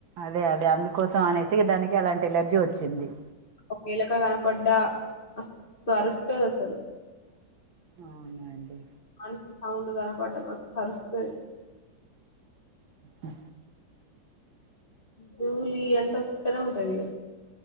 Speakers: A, on the right; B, on the left.
A: అదే అదే అందుకోసం అనేసి దానికి అలాంటి ఎలర్జీ వచ్చింది
B: ఒక్క ఎలక కనపడ్డా మస్తు అరుస్తది అసలు
A: అవునా అండి
B: మనిషికి సౌండ్ కనపడ్డం మస్త్ అరుస్తది
A: మ్
B: ధూలి ఇఅంతవస్థనే ఉంటది ఇగ